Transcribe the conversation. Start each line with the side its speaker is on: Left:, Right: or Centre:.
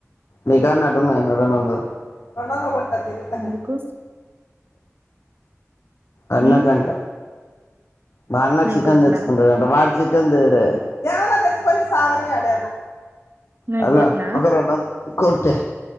Left: నీ కాడ ఉన్నట్టు ఉన్నాయ రెండు వందలు రెండువందదలు కొట్ సరే నేను ఇత్త గాని
Right: ఎందుకు
Left: అన్న
Right: ఉమ్
Left: కంట మా అన్న
Right: నీకు
Left: చికెన్
Right: కొట్టినా
Left: తెచ్చుకుంటారు అంట వాడి చికెన్ దే డే ఏమైనా తెచ్చుకొని సావనియాడు
Right: నీకు
Left: హలో
Right: కొట్టినా
Left: ఒక రెండు రోజులు కొట్టే